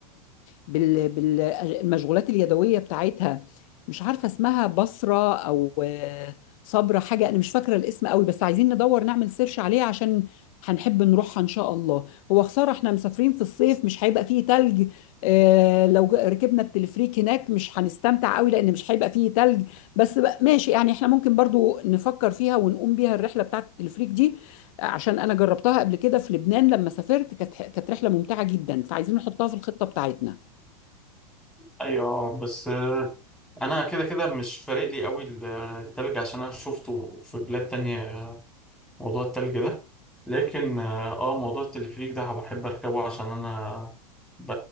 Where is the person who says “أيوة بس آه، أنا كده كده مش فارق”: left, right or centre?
Centre